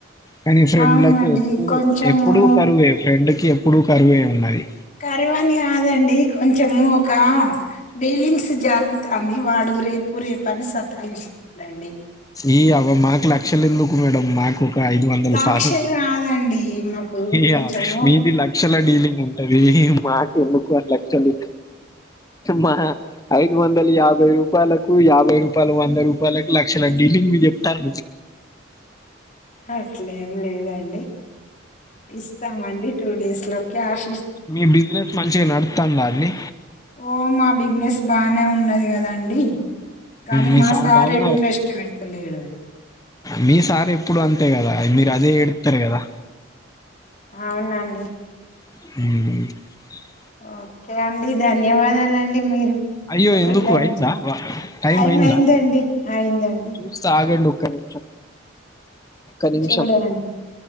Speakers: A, on the left; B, on the left.
A: కాని ఫ్రెండ్లకు
B: అవునండి
A: ఎప్పుడు
B: కొంచెము
A: ఎప్పుడూ కరువే ఫ్రెండ్కి ఎప్పుడూ కరువే ఉన్నది
B: కర్వని కాదండి కొంచము ఒక డీలింగ్స్ జర్గుత తాంది వాడు రేపు రేపు అని సతాయిస్తుందండి
A: ఈ మాకు లక్షలు ఎందుకు మేడం మాకు ఒక ఐదు వందల
B: లాక్షలు
A: సార్లు
B: కాదండి మాకు
A: ఇ్య
B: కొంచెము
A: మీది లక్షల డీలింగ్ ఉంటది మాకు ఎందుకు లక్షలు మా ఐదు వందలు యాభై రూపాయలకు యాభై రూపాయలు వంద రూపా వా లక్ష డీలింగ్ చెప్తారు
B: అట్లేం లేదండి ఇస్తామండి టూ డేస్ లోకి ఆఫ
A: మీ బిజినెస్ మంచిగా నడుస్తాం అండి
B: ఓ మా బిజినెస్ బానే ఉన్నది కదాండి కానీ
A: మీ
B: మా
A: సార్
B: సారే
A: బాగున్నారా
B: ఇంటంట్రెస్ట్ పెడతులే ఏవడి
A: మీ సారి ఎప్పుడు అంతే కదా మీరు అదే ఏడుతారు కదా
B: అవునండి
A: ఉహు
B: ఓకే అండి ధన్యవాదాలండి మీరు
A: అయ్యో
B: నాకు
A: ఎందుకు
B: టైమ్
A: అయిందా వ-
B: టైం
A: అయిందా
B: అయిందండి అయిందండి
A: చూస్తా ఆగండి ఒక నిమిషం ఒక్క నిమిషం
B: చూడండి